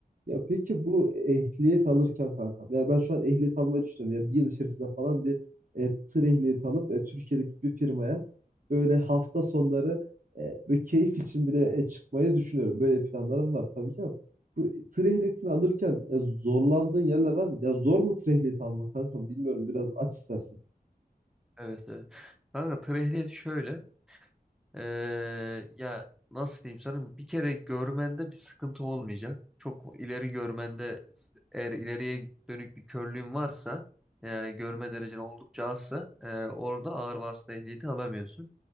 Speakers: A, on the right; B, in the centre.
A: Ya peki bu ehliyet alırken kankam. Yani ben şu an ehliyet almayı düşünüyorum. Yani bir yıl içerisinde falan bir e, tır ehliyeti alıp e, Türkiye'deki bir firmaya böyle hafta sonları e, böyle keyif için bile e, çıkmayı düşünüyorum. Böyle planlarım var tabii ki ama. Bu tır ehliyetini alırken e, zorlandığın yerler var mı? Ya zor mu tır ehliyeti almak kanka? Bilmiyorum. Biraz aç istersen.
B: Evet evet. Kanka tır ehliyeti şöyle e, ya nasıl diyeyim sana bir kere görmende bir sıkıntı olmayacak. Çok ileri görmende eğer ileriye dönük bir körlüğün varsa e, görme derecen oldukça azsa e, orada ağır vasıta ehliyeti alamıyorsun.